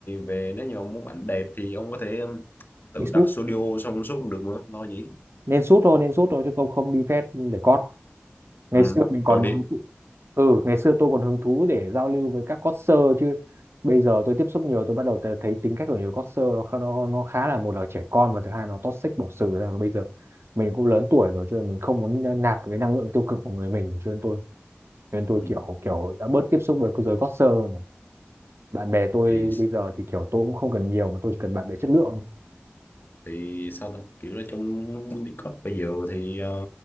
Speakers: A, on the left; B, on the right.
A: về nếu như ông muốn ảnh đẹp thì ông có thể um, tự
B: đi shoot
A: đặt studio xong suốt cũng được mà lo gì
B: nên shoot thôi nên shoot thôi chứ không không đi phép để cót ngày
A: ừ.
B: xưa mình còn
A: tôi đi
B: Ừ, ngày xưa tôi còn hứng thú để giao lưu với các coder chứ. Bây giờ tôi tiếp xúc nhiều tôi bắt đầu tớ- thấy tính cách của nhiều coder nó, nó nó khá là một là trẻ con và thứ hai nó toxic bỏ xử ra Và bây giờ mình cũng lớn tuổi rồi cho nên mình không muốn nạp cái năng lượng tiêu cực của người mình cho nên tôi cho nên tôi
A: ừ.
B: kiểu kiểu đã bớt tiếp xúc với cái giới coder hơn rồi. Bạn bè tôi
A: thì
B: bây giờ thì kiểu tôi cũng không cần nhiều mà tôi chỉ cần bạn bè chất lượng.
A: thì sao ta kiểu nói chung đi code bây giờ thì ờ,